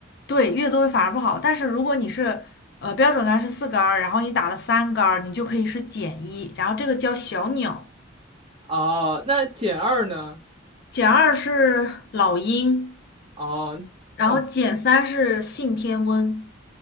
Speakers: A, on the left (about 55°); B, on the right (about 30°).
A: 对，越多反而不好，但是如果你是呃标准杆是四杆儿，然后你打了三杆儿，你就可以是减一，然后这个叫小鸟。
B: 哦，那减二呢？
A: 减二是老鹰，
B: 哦，
A: 然后减三是信天翁。
B: 哇，